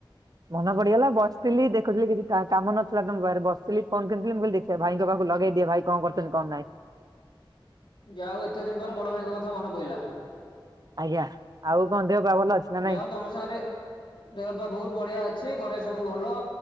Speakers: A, on the right (about 45°); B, on the left (about 70°).
A: ମନେ ପଡିଗଲା ବସିଥିଲି ଦେଖୁଥିଲି କିଛି କା କାମ ନଥିଲା ତମ ପାରେ ବସଥିଲି ଫନ୍‌ କରିଥିଲି ମୁଁ କିଲି ଦେଖି ସେ ଭାଇଙ୍କ ପାଖୁ ଲଗେଇ ଦିଏ ଭାଇ କଣ କରୁଚନ୍ତି କଣ ନାଇଁ।
B: ଯା ଓଉ ଏତେ ଦିନ ପରେ ବଡ ଭାଇଙ୍କ କଥା ମନେ ପଇିଲା।
A: ଆଜ୍ଞା ଆଉ କଣ ଦେହ ପା ଭଲ ଅଛି। ନା
B: ଯା
A: ନାଇଁ
B: ଓଉ ତମ ସାଙ୍ଗରେ ଦେହ ପା ବହୁତ୍ ବଢିଆ ଅଛି ଘରେ ସବୁ ଭଲ।